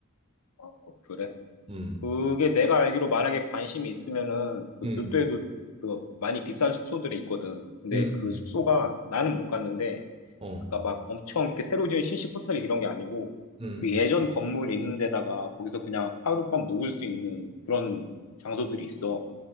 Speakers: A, on the left; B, on the right.
A: 어, 그래.
B: 음,
A: 그게 내가 알기로 만약에 관심이 있으면은 그
B: 음,
A: 교토에도 그 많이 비싼 숙소들이 있거든. 근데
B: 음,
A: 그
B: 음.
A: 숙소가 나는 못 갔는데
B: 어,
A: 그러니까 막 엄청 이렇게 새로 지은 신식 호텔 이런 게 아니고
B: 음,
A: 그 예전 건물 있는 데다가 거기서 그냥 하룻밤 묵을 수 있는 그런 장소들이 있어.